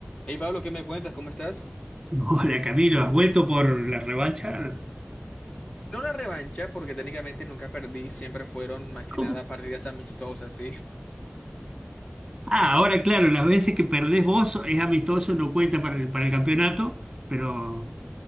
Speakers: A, on the left (about 25°); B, on the right (about 15°).
A: Hey Pablo, ¿qué me cuentas? ¿Cómo estás?
B: <laughs> Hola Camilo, ¿has vuelto por la revancha?
A: No la revancha, porque técnicamente nunca perdí, siempre fueron más que
B: ¿Cómo?
A: nada partidas amistosas, ¿sí?
B: Ah, ahora claro, las veces que perdés vos es amistoso, no cuenta para el, para el campeonato, pero